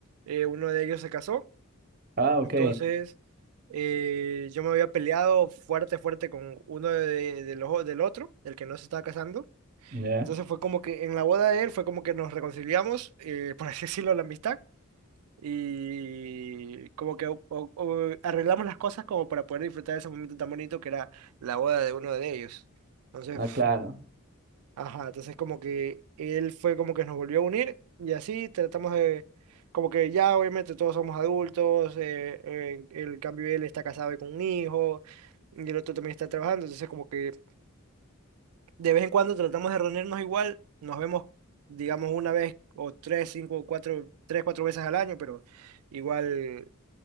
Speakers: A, on the right (about 85°); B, on the right (about 40°).
A: eh, uno de ellos se casó.
B: Ah,
A: Entonces,
B: ok,
A: eh, yo me había peleado fuerte, fuerte con uno de, de los- del otro, el que no se estaba casando.
B: ya.
A: Entonces fue como que en la boda de él fue como que nos reconciliamos, eh, por así <laughs> decirlo, la amistad. Y como que o- o- o arreglamos las cosas como para poder disfrutar de ese momento tan bonito que era la boda de uno de ellos. Entonces,
B: Ah, claro,
A: Ajá, entonces como que él fue como que nos volvió a unir y así tratamos de, como que ya obviamente todos somos adultos, eh, eh, el cambio él está casado y con un hijo y el otro también está trabajando, entonces como que de vez en cuando tratamos de reunirnos igual, nos vemos digamos una vez o tres, cinco, cuatro, tres, cuatro veces al año, pero igual